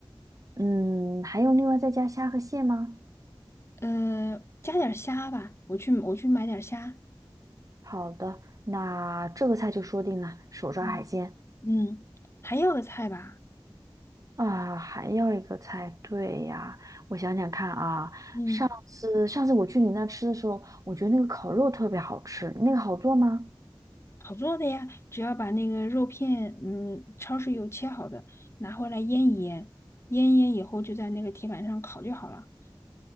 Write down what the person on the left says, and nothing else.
呃，加点儿虾吧，我去我去买点儿虾。
嗯。嗯，还有个菜吧，
嗯，
好做的呀，只要把那个肉片，嗯，超市有切好的，拿回来腌一腌，腌一腌以后就在那个铁板上烤就好了。